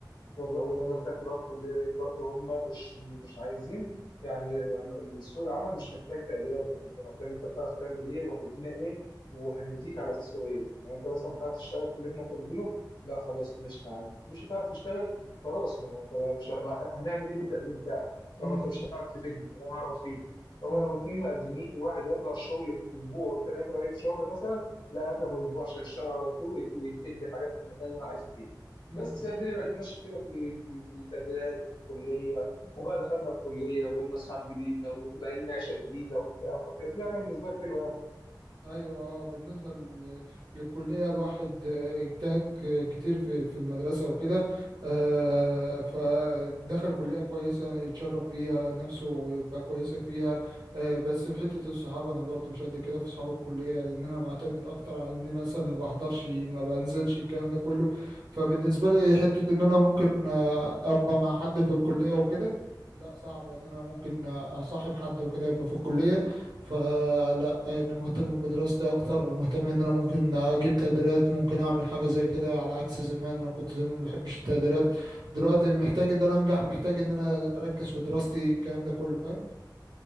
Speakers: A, on the left; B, on the right.
A: فر- ولما دخلت بقى الكليه لقيت برضه هم مش مش عايزين يعني لما- سوق العمل مش محتاج تقديراتك انت محتاج انت بتعرف تعمل ايه وهتدينا ايه وهنديك على اساسه ايه يعني انت مثلا بتعرف تشتغل في اللي احنا طالبينه لا خلاص ماشي تعالى مش هتعرف تشتغل خلاص ما هو انت بقى مش ه- ما ه- هنعمل ايه بالتقدير بتاعك طب
B: امم
A: ما انت مش هتعرف تفيدني ولا انا هعرف افيدك هو
B: امم
A: لو اتنين مقدمين واحد هياخد على الشغل في اسبوع والتاني هياخد عليه في شهر مثلا لا هات له أبو اسبوع عشان يشتغل على طول ويت- وينتج لي حاجه في المكان اللي انا عايزه فيه
B: امم
A: بس هي الدنيا بقت ماشيه كده في ال- في ال- في التقديرات وفي الكليه وبقى دخلنا الكليه وبقينا اصحاب جديده وبقينا بقى لنا عيشه جديده وبتاع فكانت دي يعني بالنسبه لي حلوه
B: ايوه اه بالنسبه لل- للكليه الواحد آه، اجتهد ك- كتير في في المدرسه وكده آه، فدخل كليه كويسه يتشرف بيها نفسه ويبقى كويسه فيها آه، بس في حته الصحاب انا برضو مش قد كده في اصحاب الكليه لان انا معتمد اكتر على اني مثلا ما بحضرش ما بنزلش الكلام ده كله فبالنسبه لي حته ان انا ممكن آه، ابقى مع حد في الكليه وكده لا صعب ان انا ممكن آه، اصاحب حد وكده يبقى في الكليه فلا انا مهتم بدراستي اكتر مهتم ان انا ممكن اجيب تقديرات ممكن اعمل حاجه زي كده على عكس زمان انا كنت زمان ما بحبش التقديرات دلوقتي محتاج ان انا انجح محتاج ان انا اركز في دراستي الكلام ده كله فاهم